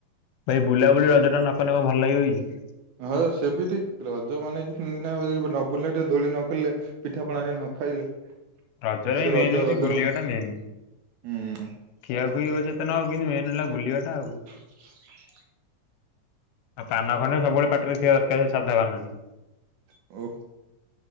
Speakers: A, on the left; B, on the right.
A: ଭାଇ ବୁଲାବୁଲି ରଜ ଟା ନକଲେ କଣ ଭଲ ଲାଗିବ କି?
B: ହଁ ସେ ବି ଠିକ ରଜ ମାନେ ନବୁଲିଲେ ଟିକେ ଦୋଳି ନ ଖେଳିଲେ ପିଠାପଣାରେ ନ ଖାଇଲେ
A: ରଜରେ
B: ସେ
A: ମେନ୍
B: ରଜ
A: ହଉଛି
B: ରଜର
A: ବୁଲିବା ଟା ମେନ୍
B: ହୁଁ
A: ଖିଆଖୁଇ କେତେ ନ ହଉ କିନ୍ତୁ ମେନ ହେଲା ବୁଲିବା ଟା ଆଉ।
B: ହ <inaudible>
A: ଆଉ ପାନ ଖଣ୍ଡେ ସବୁବେଳେ ପାଟିରେ ଥିବା ଦରକାର ସାଧା ପାନଟି।
B: ଓ।